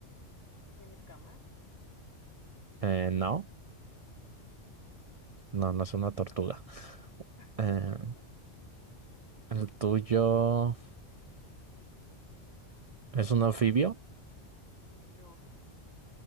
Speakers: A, on the left; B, on the right.
A: tiene escamas?
B: eh, no, no, no es una tortuga.
A: <laughs>
B: Eh, ¿el tuyo es un anfibio?
A: No.